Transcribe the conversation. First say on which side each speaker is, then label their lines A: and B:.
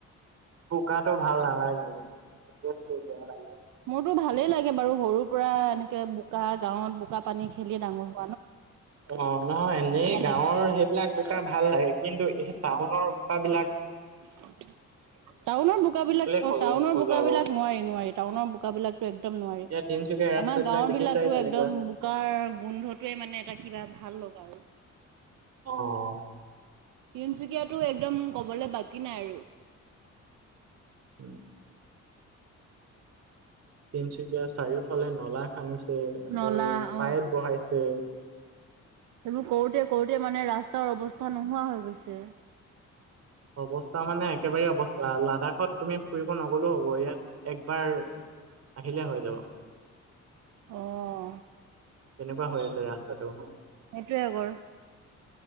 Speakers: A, on the right (about 55°); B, on the right (about 90°).
A: বোকাটো ভাল নালাগে। <unintelligible> বেয়া লাগে।
B: টো ভালেই লাগে বাৰু সৰুৰ পৰা এনেকে বোকা গাঁৱত বোকা পানী খেলি ডাঙৰ হ
A: অ', নহয় এনেই গাঁওৰ
B: লাগে আৰু
A: সেইবিলাক বোকা ভাল লাগে, কিন্তু এই টাউনৰ বোকা লাক
B: <unintelligible> টাউনৰ বোকাবলাক,
A: খজ
B: অ', টাউনৰ
A: খজুৱাব
B: বোকাবলাক
A: অ'।
B: নোৱাৰি-নোৱাৰি টাউনৰ বোকাবলাকটো একদম নোৱাৰি
A: এতিয়া তিনচুকীয়া ৰাস্তাবিলাক
B: আমাৰ গাঁওৰ
A: দেখিছাই
B: বিলাকতো
A: কেনেকুৱা
B: একদম বোকাৰ গোন্ধটোৱে মানে এ কিবা ভাল লগা আৰু
A: অ',
B: তিনচুকীয়াাতটো একদম কবলৈ বাকী নাই আৰু
A: উম। তিনচুকীয়া চাৰিওফালে নলা খান্দিছে আকৌ
B: নলা অ'
A: পাইপ বহাইছে।
B: সেইবোৰ কৰোতে-কৰোতে মানে ৰাস্তাৰ অৱস্থা নোহোৱা হৈ গৈছে।
A: অৱস্থা মানে একেবাৰে অৱস্থা ল লডাখত তুমি ফুৰিব নগলেও হ'ব ইয়াত একবাৰ আহিলে হৈ যাব।
B: অহ।
A: তেনেকুৱা হৈ আছে ৰাস্তাটো।
B: সেইটোয়ে কৰ